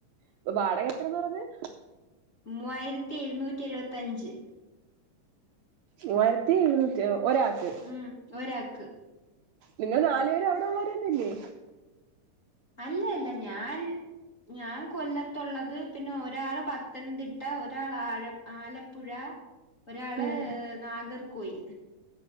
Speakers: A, on the right (about 75°); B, on the left (about 30°).
A: ഇപ്പൊ വാടക എത്രന്ന് പറഞ്ഞത്
B: മൂവായിരത്തി എഴുന്നൂറ്റി എഴുപത്തിഞ്ച്
A: മൂവായിരത്തി എഴുന്നൂറ്റി ഒരാൾക്ക്
B: ഉം ഒരാക്ക്
A: നിങ്ങള് നാലു പേര് അവിടെ ഉള്ളവരന്നന്നെ
B: അല്ല അല്ല ഞാൻ ഞാൻ കൊല്ലത്തുള്ളത് പിന്നെ ഒരാള് പത്തനംതിട്ട ഒരാൾ ആഴ ആലപ്പുഴ ഒരാള്
A: ഉം
B: നാഗർ കോയിൽ